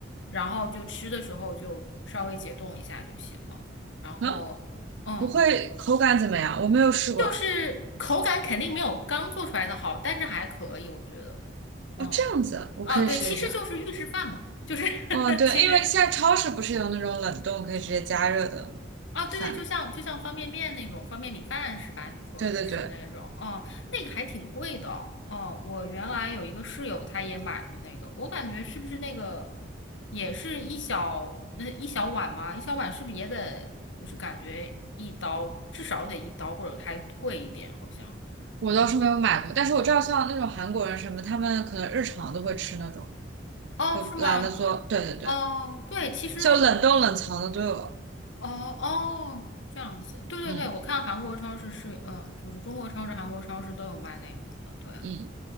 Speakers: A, on the left (about 75°); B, on the right (about 70°).
A: 然后就吃的时候就稍微解冻一下就行了。然后，
B: 嗯。
A: 嗯，
B: 不会口感怎么样？我没有试过哎。
A: 就是口感肯定没有刚做出来的好，但是还可以，我觉得。嗯，
B: 哦，这样子啊，我可以试一下。
A: 啊，对，其实就是预制饭嘛，就是 <laughs>
B: 嗯，对，
A: 其实
B: 因为现在超市不是有那种冷冻可以直接加热的
A: 啊，对对，
B: 饭？
A: 就像就像方便面那种方便米饭是吧？你说的是那种，
B: 对对对，
A: 哦、那个还挺贵的。哦、我原来有一个室友，他也买过那个，我感觉是不是那个也是一小那一小碗嘛？一小碗是不是也得就是感觉一刀至少得一刀或者还贵一点，好像。
B: 我倒是没有买过，
A: 嗯，
B: 但是我知道像那种韩国人什么，他们可能日常都会吃那种，
A: 哦，
B: 就懒得做。
A: 是吗？
B: 对对对，
A: 哦，对，其实，
B: 就冷冻冷藏的都有。
A: 哦哦，这样子，对对对，
B: 嗯
A: 我看韩国超市是，嗯，就是中国超市、韩国超市都有卖那种的，对，
B: 嗯。